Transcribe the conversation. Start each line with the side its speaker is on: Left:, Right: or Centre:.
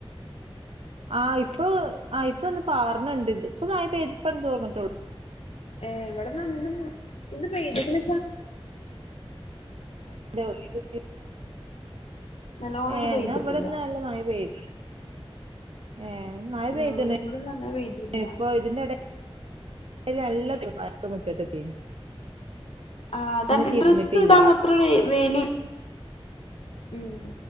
Right: ആഹ് ഇപ്പൊ അഹ് ഇപ്പൊന്ന് പാർണ്ണ്ട് ഇത് ഇപ്പൊ നായ പേതിപ്പന്ന് തോന്നിട്ടോുള്ളൂ
Left: ഏഹ് എവിടെന്നും ഇത് പെയതിക്ക
Right: <unintelligible>
Left: നല്ലോണൊന്നും
Right: ഏഹ്
Left: പെയ്തിട്ടില്ല
Right: എന്നാ ഇവിട്ന്ന് നല്ല മഴ പെയ്ത്. ഏഹ് മഴ പെയ്തിന്
Left: ആഹ് ഇവിടൊന്നും അങ്ങനെ പെയ്തില്ല
Right: ഇപ്പൊ ഇതിന്റെടെ <unintelligible> <unintelligible> മുറ്റത്തെത്തേനി.
Left: ആഹ് അതന്നെ
Right: തിരിഞ്ഞിട്ടില്ല
Left: ഡ്രസ്സ് ഇടാ മാത്ര വെ വെയില്. ഉം